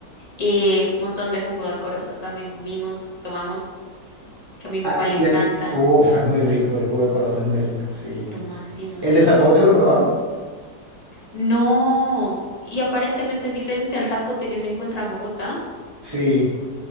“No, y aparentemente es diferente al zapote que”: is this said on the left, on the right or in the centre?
Left